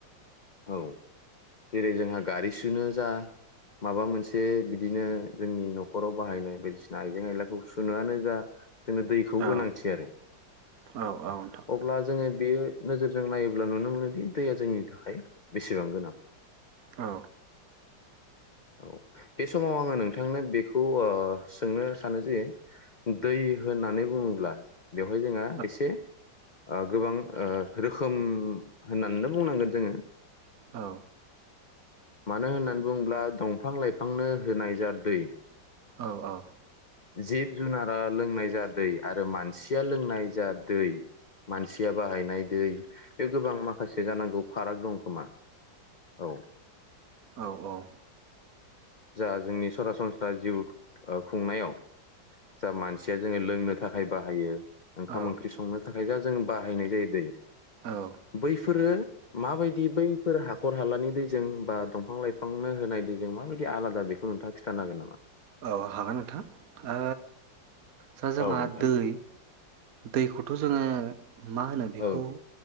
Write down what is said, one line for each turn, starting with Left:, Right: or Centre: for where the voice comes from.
Left: औ जेरै जोंहा गारि सुनो जा, माबा मोनसे बिदिनो जोंनि न'खराव बाहायनाय बायदिसिना आइजें आयलाखौ सुनोआनो जा। जोंनो दैखौ
Right: औ
Left: गोनांथि, आरो
Right: औ औ नोंथां
Left: अब्ला जोङो बेयो नोजोरजों नायोब्ला नुनो मोनोदि दैया जोंनि थाखाय बेसेबां गोनां।
Right: औ
Left: औ बे समाव आङो नोंथांनो बेखौ सोंनो सानो जे दै होननानै बुङोब्ला बेवहाय जोंहा
Right: औ
Left: एसे ओ गोबां ओ रोखोम होननानैनो बुंनांगोन जोङो।
Right: औ
Left: मानो होननानै बुङोब्ला दंफां लाइफांनो होनाय जा दै
Right: औ औ
Left: जिब जुनारा लोंनाय जा दै। आरो मानसिया लोंनाय जा दै मानसिया बाहायनाय दै। बे गोबां माखासे जानांगौ। फाराग दं। खोमा औ
Right: औ औ
Left: जा जोंनि सरासनस्रा जिउ ओ खुंनायाव जा मानसि जोङो लोंनो थाखाय बाहायो। ओखाम
Right: औ
Left: ओंख्रिं संनो थाखाय दा जों बाहायनाय जायो दै
Right: औ
Left: बैफोरो माबायदि बैफोर हाखर हालानि दैजों बा दंफां लाइफांनो होनाय दैजों माबायदि आलादा बेखौ नोंथाङा खिथानो हागोन नामा?
Right: औ हागोन नोंथां ओ सा जोंहा
Left: औ नोंथां
Right: दै दैखौथ' जोङो मा होनो बेखौ?
Left: औ नोंथां